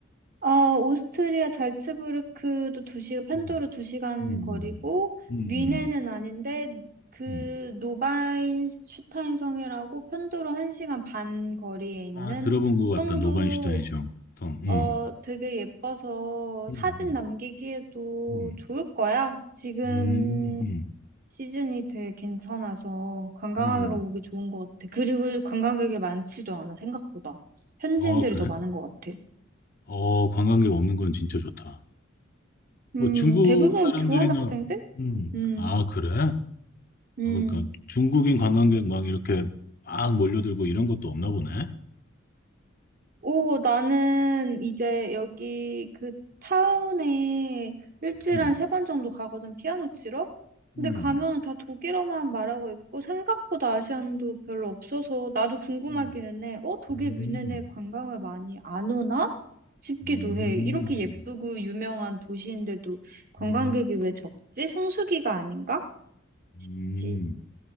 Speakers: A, on the right; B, on the left.
A: 아, 오스트리아 잘츠부르크도 두 시간 편도로
B: 음,
A: 2시간
B: 음, 음,
A: 거리고,
B: 음, 음.
A: 뮌헨은 아닌데, 그
B: 음.
A: 노바인슈타인 성이라고 편도로 1시간 반 거리에 있는
B: 아, 들어본 것
A: 성도,
B: 같다. 노바인슈타인 정. 음,
A: 어, 되게 예뻐서
B: 음,
A: 사진 남기기에도
B: 음,
A: 좋을 거야. 지금
B: 음, 음, 음.
A: 시즌이 되게 괜찮아서 관광하러
B: 음.
A: 오기 좋은 것 같아. 그리고 관광객이 많지도 않아, 생각보다. 현지인들이
B: 어, 그래?
A: 더 많은 것 같아.
B: 어, 관광객 없는 건 진짜 좋다.
A: 음,
B: 뭐 중국
A: 대부분
B: 사람들이나,
A: 교환학생들?
B: 음,
A: 음,
B: 아, 그래?
A: 음.
B: 아, 그러니까 중국인 관광객 막 이렇게 막 몰려들고 이런 것도 없나 보네.
A: 오, 나는 이제 여기 그 타운에 일주일에
B: 음,
A: 한 세 번 정도 가거든, 피아노 치러? 근데
B: 음,
A: 가면은 다 독일어만 말하고 있고, 생각보다 아시안도 별로 없어서, 나도 궁금하기는
B: 음,
A: 해. 어, 독일
B: 음,
A: 뮌헨에 관광을 많이 안 오나? 싶기도
B: 음,
A: 해.
B: 음,
A: 이렇게 예쁘고 유명한 도시인데도 관광객이
B: 음. 음,
A: 왜 적지? 성수기가 아닌가?
B: 음.
A: 그치.